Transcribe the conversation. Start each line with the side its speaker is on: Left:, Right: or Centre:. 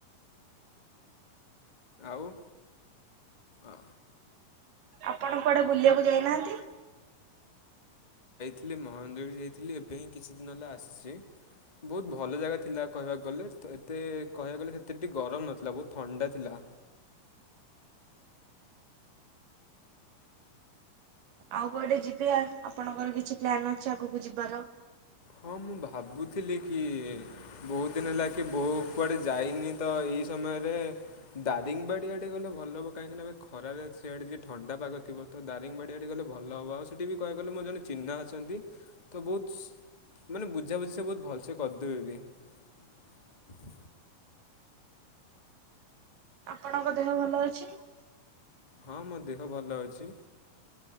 Left: ଆଉ ଆ,
Right: ଆପଣ କୁଆଡେ ବୁଲିବାକୁ ଯାଇନାହାଁନ୍ତି?
Left: ଖାଲି ମହନ୍ଦିର ଯାଇଥିଲି ଏବେ ହିଁ କିଛି ଦିନ ହେଲା ଆସିଛି, ବହୁତ ଭଲ ଜାଗା ଥିଲା କହିବାକୁ ଗଲେ, ତ ଏତେ କହିବାକୁ ଗଲେ ସେତେ ଟିକେ ଗରମ ନଥିଲା ବହୁତ ଥଣ୍ଡା ଥିଲା।
Right: ଆଉ କୁଆଡେ ଯିବେ ଆ, ଆପଣଙ୍କର କିଛି ପ୍ଲାନ୍ ଅଛି ଆଗକୁ ଯିବାର?
Left: ହଁ ମୁଁ ଭାବୁଥିଲି କି ବହୁତ ଦିନ ହେଲା କି ବୋଉ କୁଆଡ଼େ ଯାଇନି ତ ଏଇ ସମୟରେ ଦାରିଙ୍ଗବାଡ଼ି ଆଡ଼େ ଗଲେ ଭଲ ହବ କାହିଁକିନା ଏବେ ଖରାରେ ସିଆଡ଼େ ଟିକେ ଥଣ୍ଡା ପାଗ ଥିବ ତ ଦାରିଙ୍ଗବାଡ଼ି ଆଡ଼େ ଗଲେ ଭଲ ହବ, ଆଉ ସେଠି ବି କହିବାକୁ ଗଲେ ମୋର ଜଣେ ଚିହ୍ନା ଅଛନ୍ତି ତ ବହୁତ ମାନେ ବୁଝାବୁଝି ସେ ବହୁତ ଭଲସେ କରିଦେବେ ବି।
Right: ଆପଣଙ୍କ ଦେହ ଭଲ ଅଛି?
Left: ହଁ ମୋ ଦେହ ଭଲ ଅଛି।